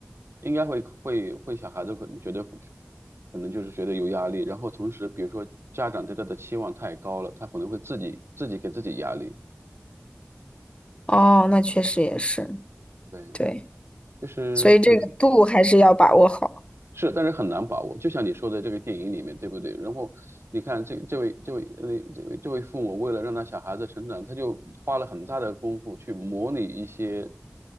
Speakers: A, on the right; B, on the left.
A: 应该会会会小孩子可能觉得可能就是觉得有压力，然后同时比如说家长对他的期望太高了，他可能会自己自己给自己压力，
B: 哦，那确实也是，
A: 对，
B: 对，
A: 就是对。
B: 所以这个度还是要把握好。
A: 是，但是很难把握。就像你说的这个电影里面，对不对？然后你看这这位这位呃这位这位父母为了让他小孩子成长，他就花了很大的功夫去模拟一些